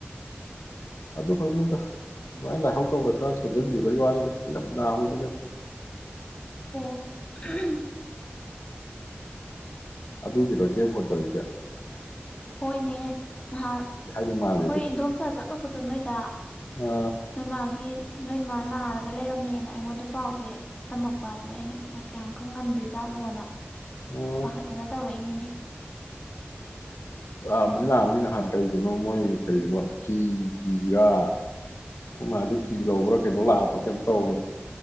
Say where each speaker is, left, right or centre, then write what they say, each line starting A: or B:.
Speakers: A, on the left; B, on the left.
A: ꯑꯗꯨ ꯈꯗ ꯑꯗꯨꯃꯥꯏꯅ ꯂꯥꯏꯍꯧ ꯇꯧꯔ ꯈꯔ ꯁꯣꯟꯖꯟꯈꯤꯕꯒꯤ ꯋꯥꯅꯤꯗ ꯌꯥꯝ ꯅꯥꯕꯗꯤ
B: <unintelligible>
A: ꯑꯗꯨꯒꯤꯔꯣ ꯆꯦ ꯐꯣꯟ ꯇꯧꯔꯤꯛꯖꯦ
B: ꯍꯣꯏꯅꯦ ꯅꯍꯥꯟ
A: ꯍꯥꯏꯕ ꯃꯥꯜꯂꯦ
B: ꯑꯩꯈꯣꯏ
A: ꯑꯗꯨꯒ
B: ꯏꯗꯣꯝꯆꯥ ꯆꯠꯂꯨ ꯗꯣ ꯅꯣꯏꯗ
A: ꯑꯥ
B: ꯅꯣꯏ ꯃꯥꯒꯤ ꯅꯣꯢ ꯃꯥ ꯅꯥꯔꯒ ꯂꯩꯔꯝꯃꯦꯅ ꯑꯩꯉꯣꯟꯗ ꯄꯥꯎꯁꯦ ꯇꯝꯃꯛꯄ ꯑꯗꯨꯗ ꯑꯩꯅ ꯀꯌꯥꯃꯨꯛ ꯀꯟ ꯉꯝꯗ꯭ꯔꯤꯖꯥꯠꯅꯣꯅ
A: ꯎꯝ
B: ꯄꯥꯈꯠꯇꯅ ꯇꯧꯔꯛꯏꯅꯤꯅꯦ
A: ꯂꯥꯛꯑꯝꯕꯅꯤ ꯂꯥꯛꯑꯝꯕꯅꯤ ꯅꯍꯥꯟ ꯀꯩꯒꯤꯅꯣ ꯃꯣꯏ ꯀꯩꯣ ꯐꯤ ꯀꯤꯔꯥ ꯃꯥꯗꯤ ꯐꯤ ꯂꯧꯕ꯭ꯔꯥ ꯀꯩꯅꯣ ꯂꯥꯛꯑꯕ꯭ꯔꯥ ꯀꯩꯝ ꯇꯧꯕꯅꯤ